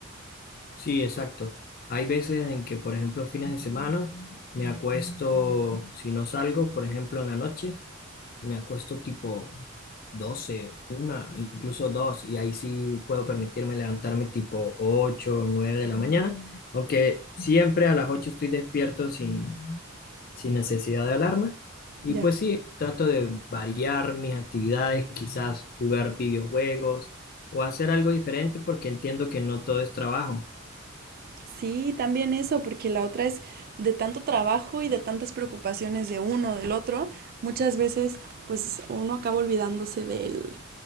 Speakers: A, on the left; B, on the right.
A: Sí, exacto. Hay veces en que, por ejemplo, fines de semana me acuesto, si no salgo, por ejemplo, en la noche, me acuesto tipo doce, una, incluso 2, y ahí sí puedo permitirme levantarme tipo 8, 9 de la mañana, aunque siempre a las 8 estoy despierto sin, sin necesidad de alarma. Y
B: Ya.
A: pues sí, trato de variar mis actividades, quizás jugar videojuegos o hacer algo diferente porque entiendo que no todo es trabajo.
B: Sí, también eso, porque la otra es de tanto trabajo y de tantas preocupaciones de uno, del otro, muchas veces pues uno acaba olvidándose del,